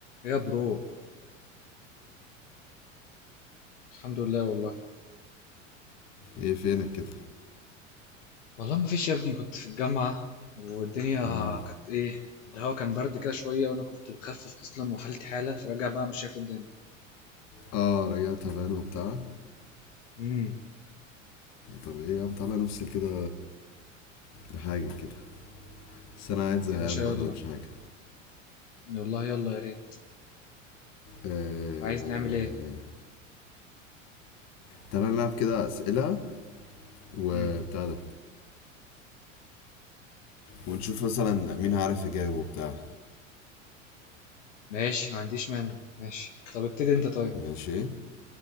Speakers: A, on the left; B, on the left.
A: يا برو الحمد لله والله
B: ايه فينك كده
A: والله ما فيش يا ابني كنت في الجامعة والدنيا
B: مم.
A: كانت ايه الهوا كان برد كده شوية وانا كنت بخفف اصلا وحالتي حالة فراجع بقى مش شايف الدنيا
B: اه رجعت تعبان وبتاع
A: امم
B: طب ايه يا عم طلع نفسي كده بحاجة كده بس انا قاعد زهقان
A: يا باشا يلا
B: برضه مش حاجة
A: والله يلا يا ريت
B: آه...
A: عايز نعمل ايه
B: تعالى نلعب كده اسئلة وبتاع
A: امم
B: ده ونشوف مثلا مين هيعرف يجاوب وبتاع
A: ماشي ما عنديش مانع ماشي طب ابتدي انت طيب
B: ماشي